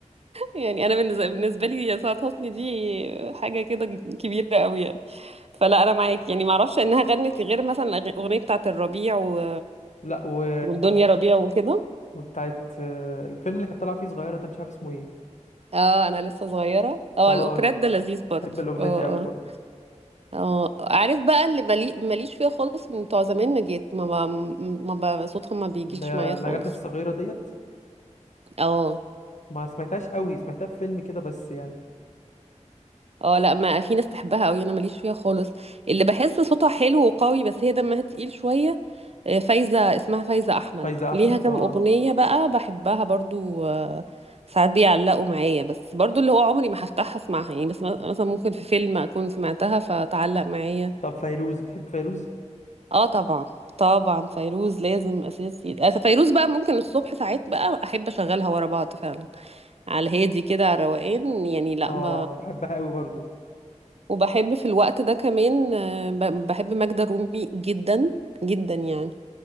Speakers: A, on the right; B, on the left.
A: يعني انا بالنسبه بالنسبه لي سعاد حسني دي حاجه كده كبيره قوي يعني فلا انا معاك يعني ما اعرفش انها غنت غير مثلا الاغنيه بتاعه الربيع و...
B: لا و...
A: والدنيا ربيع وكده
B: وبتاعت آه، الفيلم اللي كانت طالعه فيه صغيره ده مش عارف اسمه ايه
A: اه انا لسه صغيره اه
B: اه
A: الاوبريت
B: لو
A: ده لذيذ برضه
B: بحب الاغنيه
A: اه
B: دي قوي برضو
A: اه اه عارف بقى اللي مالي... ماليش فيها خالص من بتوع زمان نجيت ما ب... ما ب... صوتها ما بيجيش
B: اللي هي
A: معايا
B: النجاة
A: خالص
B: الصغيرة ديت
A: اه
B: ما سمعتهاش قوي سمعتها في فيلم كده بس يعني
A: اه لا ما في ناس تحبها قوي انا ماليش فيها خالص اللي بحس صوتها حلو وقوي بس هي دمها تقيل شويه آه، فايزة اسمها فايزة أحمد
B: فايزة أحمد
A: ليها كام
B: اه
A: أغنية بقى بحبها برضو آه، ساعات بيعلقوا معايا بس برضو اللي هو عمري ما هفتحها اسمعها يعني بس م- مثلا ممكن في فيلم أكون سمعتها فتعلق معايا
B: طب فيروز بتحب فيروز؟
A: اه طبعا طبعا فيروز لازم أساسي آه، فيروز بقى ممكن الصبح ساعات بقى أحب أشغلها ورا بعض فعلا على الهادي كده على الروقان يعني لأ
B: اه
A: ب...
B: بحبها قوي برضو
A: وبحب في الوقت ده كمان آه، ب- بحب ماجدة الرومي جدا جدا يعني